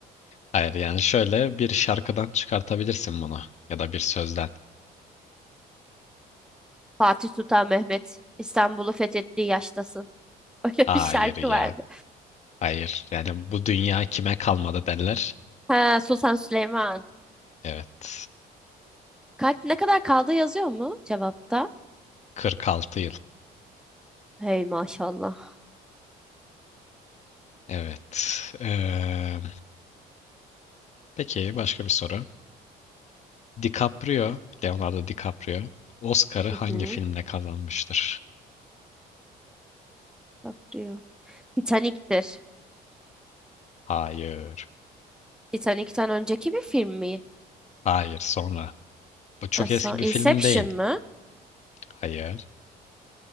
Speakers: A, on the left (about 45°); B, in the centre.
A: Hayır yani şöyle bir şarkıdan çıkartabilirsin bunu ya da bir sözden.
B: Fatih Sultan Mehmet. İstanbul'u fethettiği yaştasın. <laughs> Öyle
A: Hayır
B: bir şarkı
A: ya.
B: vardı.
A: Hayır. Yani bu dünya kime kalmadı derler.
B: Ha, Sultan Süleyman.
A: Evet.
B: Kaç, ne kadar kaldı yazıyor mu cevapta?
A: 46 yıl.
B: Hey maşallah.
A: Evet. Ee, peki başka bir soru. DiCaprio, Leonardo DiCaprio Oscar'ı hangi
B: Hı hı.
A: filmle kazanmıştır?
B: Caprio. Titanic'tir.
A: Hayır.
B: Titanic'ten önceki bir film mi?
A: Hayır sonra. Bu çok
B: Ha, son-
A: eski bir
B: Inception
A: film değil.
B: mı?
A: Hayır.